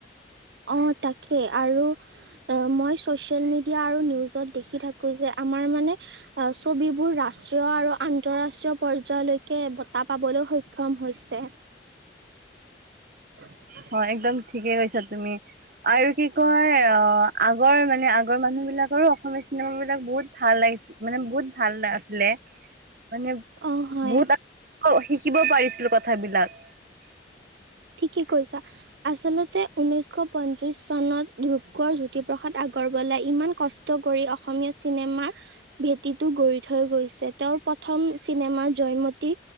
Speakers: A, on the right; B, on the right.
A: অ', তাকেই আৰু মই চ'চিয়েল মিডিয়া আৰু নিউজত দেখি থা যে আমাৰ মানে ছবিবোৰ ৰাষ্ট্ৰীয় আৰু আন্তৰাষ্ট্ৰীয় পৰ্যায়লৈকে বঁটা পাবলৈ সক্ষম হৈছে। <inaudible>
B: হয়, একদম ঠিকেই কৈছা তুমি। আৰু কি কয়, অ', আগৰ মানে আগৰ মানুহবিলাকৰো অসমীয়া চিনেমাবিলাক বহুত ভাল লাগিছি মানে বহুত ভাল <unintelligible> আছিলে। মানে
A: অ হয়
B: বহুত <unintelligible> শিকিব পাৰিছিলোঁ কথাবিলাক।
A: ঠিকেই কৈছা। আঁচলতে ঊনৈছশ পঁয়ত্ৰিশ চনত ধৰূপকোঁৱৰ জ্যোতিপ্ৰসাদ আগৰৱালাই ইমান কষ্ট কৰি অসমীয়া চিনেমাৰ ভেটিটো গঢ়ি থৈ গৈছে। তেওঁৰ প্ৰথম চিনেমা জয়মতী